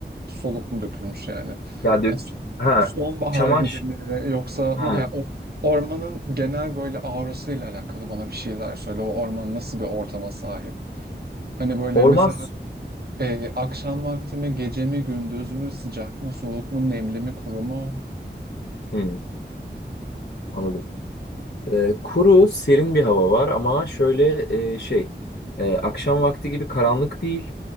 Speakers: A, on the right; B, on the left.
A: Solup mu dökülmüş yani?
B: ya dök
A: Yani son-
B: ha
A: sonbahar
B: çamaş
A: gibi mi yoksa
B: ha
A: yani o ormanın genel böyle aurasıyla alakalı bana bir şeyler söyle. O orman nasıl bir ortama sahip? Hani böyle
B: orman
A: mesela
B: su-
A: e, akşam vakti mi, gece mi, gündüz mü, sıcak mı, soğuk mu, nemli mi, kuru mu?
B: Hı, anladım. Ee, kuru serin bir hava var ama şöyle e, şey e, akşam vakti gibi karanlık değil.